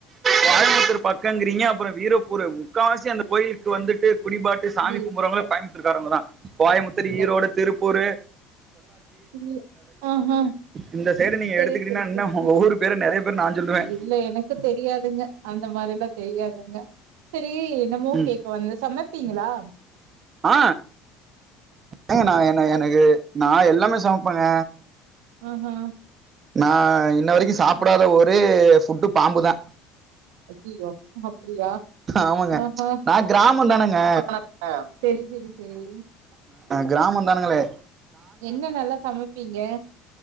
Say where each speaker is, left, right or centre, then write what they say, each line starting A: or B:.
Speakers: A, on the right (about 35°); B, on the right (about 85°).
A: கோயமுத்தூர் பக்கங்கிறீங்க அப்புறோ வீரப்பூர முக்காவாசி அந்த கோயிலுக்கு வந்துட்டு குடிபாட்டு சாமி
B: இது
A: கும்புடுறவங்கள
B: இல்ல
A: இந்தூர்காரவங்கதா கோயமுத்தூர்
B: இல்ல
A: ஈரோடு திருப்பூரு
B: இல்ல ஆ ஆ
A: இந்த சைடு நீங்க
B: செரி
A: எடுத்துக்கிட்டீங்கன்னா
B: செரி
A: இன்னும்
B: உ
A: உங்க ஊர் பேரை நிறைய பேர் நான் சொல்லுவேன்
B: இல் இல்ல எனக்கு தெரியாதுங்க அந்த மாரிலா தெரியாதுங்க செரீ என்னமோ
A: ம்.
B: கேக்க வந்தே மைப்பீங்ளா
A: ஆ ஏங்க நா என்ன எனக்கு நா எல்லாமே சமப்பேங்க
B: அ ஆ
A: நா இன்ன வரைக்கு சாப்டாத ஒரே ஃபுட்டு பாம்புதா
B: அய்யய்யோ அப்டியா
A: ஆமாங்க
B: அ ஆ
A: நான் கிராமம் தானேங்க
B: <unintelligible> செரி செரி செரி
A: கிராமொ தானுங்களே
B: என்ன நல்லா சமப்பீங்க